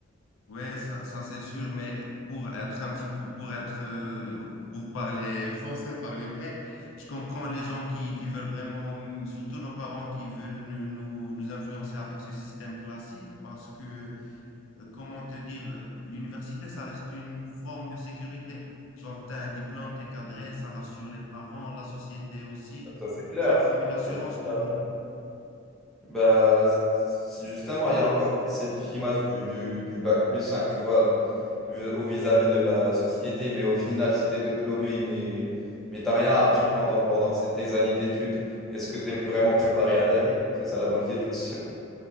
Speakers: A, on the left (about 75°); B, in the centre.
A: Ouais, ça, ça c'est sûr, mais pour être un petit peu, pour être, euh, pour parler français, parler vrai, je comprends les gens qui, qui veulent vraiment, surtout nos parents qui veulent nous, nous, nous influencer avec ce système classique parce que euh, comment te dire, euh, l'université, ça reste une forme de sécurité. Genre, tu as un diplôme, tu es cadré, ça rassure les parents, la société aussi.
B: Ça, c'est clair.
A: C'est comme une assurance
B: Ça, c'est
A: pour
B: clair.
A: nous.
B: ouais. Bah, c- justement, il y a encore cette image du, du, du bac plus 5, tu vois, vis- au vis-à-vis de la société. Mais au final, si tu es diplômé, mais, mais t'as rien appris pendant, pendant ces- tes années d'études, est-ce que tu es vraiment préparé à la vie? C'est ça la bonne question.